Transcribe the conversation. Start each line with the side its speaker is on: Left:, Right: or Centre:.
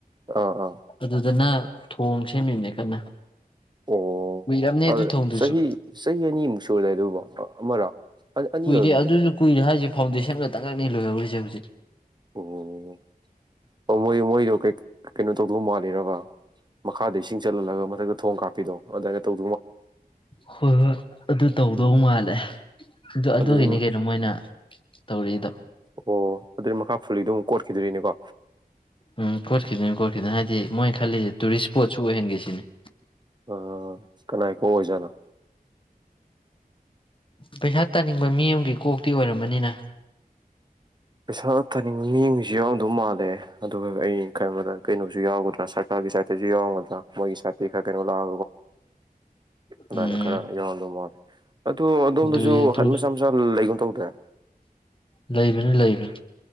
Right: ꯑꯥ ꯑꯥ
Left: ꯑꯗꯨꯗꯅ ꯊꯣꯡ ꯁꯦꯝꯃꯤꯕꯅꯦ ꯀꯟꯅ
Right: ꯑꯣ
Left: ꯀꯨꯏꯔꯕꯅꯦ
Right: ꯑ
Left: ꯑꯗꯨ ꯊꯣꯡꯗꯨꯁꯨ
Right: ꯆꯍꯤ ꯆꯍꯤ ꯑꯅꯤꯃꯨꯛ ꯁꯨꯔꯗꯥꯏ ꯑꯗꯨꯕꯨ ꯑꯃꯔꯥ ꯑꯅꯤ
Left: ꯀꯨꯏꯔꯦ
Right: ꯑꯣꯏꯔꯝꯅꯤꯗ
Left: ꯑꯗꯨꯁꯨ ꯀꯨꯏꯔꯦ ꯍꯥꯏꯁꯦ <unintelligible> ꯂꯣꯏꯍꯧꯔꯤꯁꯦ ꯍꯧꯖꯤꯛ
Right: ꯑꯣ ꯑꯣ ꯃ ꯃꯣꯏꯗꯣ <unintelligible> ꯀꯩꯅꯣ ꯇꯧꯗꯧ ꯃꯥꯜꯂꯤꯔꯕ ꯃꯈꯥꯗ ꯏꯁꯤꯡ ꯆꯠꯍꯜꯂꯒ ꯃꯊꯛꯇ ꯊꯣꯡ ꯀꯥꯞꯄꯤꯗꯣ ꯑꯗꯨꯃꯥꯏꯅ ꯇꯧ
Left: ꯍꯣꯏ ꯍꯣꯏ ꯑꯗꯨ ꯇꯧꯗꯧ
Right: ꯎꯝ
Left: ꯃꯥꯜꯂꯦ ꯑꯗꯨ ꯑꯗꯨꯒꯤꯅꯤ
Right: ꯑꯗꯨꯗꯤ
Left: ꯀꯩꯅꯣ ꯃꯣꯏꯅ ꯇꯧꯔꯛꯏꯗꯣ
Right: ꯑꯣ ꯑꯗꯨꯗꯤ ꯃꯈꯥ ꯐꯨꯜꯂꯤꯗꯨꯝ ꯀꯣꯠꯈꯤꯗꯨꯔꯤꯅꯦꯀꯣ
Left: ꯎꯝ ꯈꯣꯠꯈꯤꯗꯣꯏꯅꯤ ꯈꯣꯠꯈꯤꯗꯅꯤ ꯍꯥꯏꯗꯤ ꯃꯣꯏꯅ ꯈꯜꯂꯤꯁꯦ ꯇꯨꯔꯤꯁ ꯏꯁꯄꯣꯠꯁꯨ ꯑꯣꯏꯍꯟꯒꯦ ꯁꯤꯅꯦ
Right: ꯑ ꯀꯅꯥꯏ ꯀꯣꯛ ꯑꯣꯏꯖꯥꯠꯅꯣ꯫
Left: ꯄꯩꯁꯥ ꯇꯥꯟꯅꯤꯡꯕ ꯃꯤ ꯑꯃꯒꯤ ꯀꯣꯛꯇꯤ ꯑꯣꯏꯔꯝꯃꯅꯤꯅ꯫
Right: ꯄꯩꯁꯥ ꯇꯥꯅꯤꯡꯕ ꯃꯤꯑꯝꯒꯤꯁꯨ ꯌꯥꯎꯗꯧ ꯃꯥꯜꯂꯦ꯫ ꯑꯗꯨꯒ ꯑꯩꯩꯅ ꯈꯟꯕꯗ ꯀꯩꯅꯣ ꯁꯨꯌꯥꯎꯒꯗ꯭ꯔ ꯁꯔꯀꯥꯔꯒꯤ ꯁꯥꯏꯠ ꯇꯩꯁꯨ ꯌꯥꯎ ꯃꯣꯏꯒꯤ ꯁꯥꯠꯇꯩ ꯈ ꯀꯩꯅꯣꯒ <inaudible> ꯑꯗꯨꯃꯥꯏꯅ
Left: ꯎꯝ
Right: ꯈꯔ ꯌꯥꯎꯔꯝꯗꯧ ꯃꯥꯜꯂꯦ ꯑꯗꯨ ꯑꯗꯣꯝꯗꯁꯨ
Left: ꯑꯗꯨꯏ ꯑꯗꯨ
Right: ꯍꯠ ꯃꯆꯥ ꯃꯆꯥ ꯂꯩꯒꯨꯝ ꯇꯧꯗꯥꯏ꯫
Left: ꯂꯩꯕꯅꯤ ꯂꯩꯕꯅꯤ꯫